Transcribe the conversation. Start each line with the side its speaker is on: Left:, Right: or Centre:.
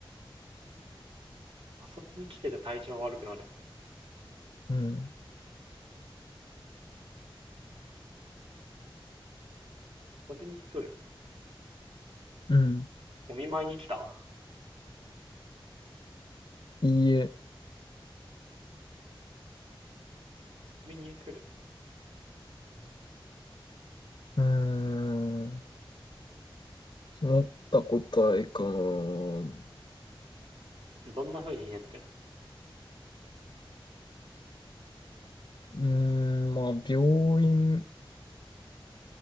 Right: 遊びに来てて体調悪くなる。
Left: うん。
Right: 遊びに来る。
Left: うん。
Right: お見舞いに来た。
Left: いいえ。
Right: 遊びに来る。
Left: うーん。ひねった答えかな。う
Right: どんな風にひねってる
Left: ーん、まあ、病院。